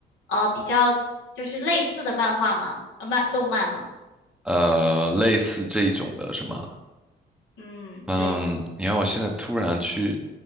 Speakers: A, on the left; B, in the centre.
A: 呃比较就是类似的漫画吗？啊，漫动漫吗？
B: 呃，类似这一种的是吗？
A: 嗯，
B: 嗯，
A: 对，
B: 你让我现在突然去